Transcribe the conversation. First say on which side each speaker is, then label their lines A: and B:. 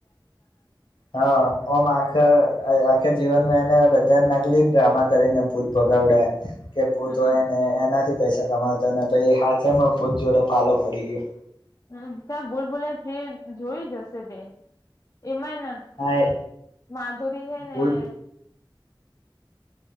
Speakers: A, on the left (about 70°); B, on the left (about 40°).
A: હા ઓમ આખ જીવનમાં એને બધા નકલી ડ્રામા કરીને ભૂત ભગાવડાય કે ભૂત
B: હમમ
A: હોય ને એનાથી પૈસા કમાતો ને પછી હાથે માં છેમાં ભૂત જોડે પાલોો પડી ગયો
B: હમ ત્યાં ભૂલ ભૂલે તે જોઈ જશે તે એમાં
A: હા એ
B: માધુરી હૈ ને
A: ભૂલ
B: <inaudible>